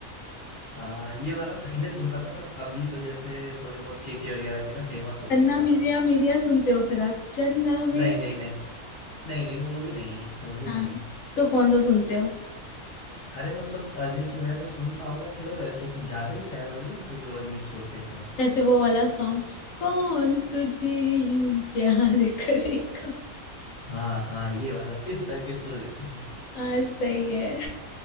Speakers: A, on the left (about 45°); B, on the left (about 70°).
A: हाँ ये वाला पहले सुनता था बट अभी तो जैसे थोड़े बहुत केके वगैरह के ना फेमस हो
B: चन्ना
A: गए हैं ज्यादा
B: मेरेया मेरेया सुनते हो फिर आप चन्ना मेरेया
A: नहीं नहीं नहीं नहीं नहीं वो भी नहीं वो भी
B: हाँ
A: नहीं
B: तो कौन सा सुनते हो
A: अरे मतलब अरिजीत सिंह वगैरह के सुनता हूँ बट थोड़े वैसे कुछ ज्यादा ही सैड वाले नहीं होते जो अजीब से होते एकदम
B: जैसे वो वाला सॉन्ग कौन तुझे यूं प्यार करेगा
A: हाँ हाँ ये वाला इस टाइप के सुन लेता हूँ
B: हाँ सही है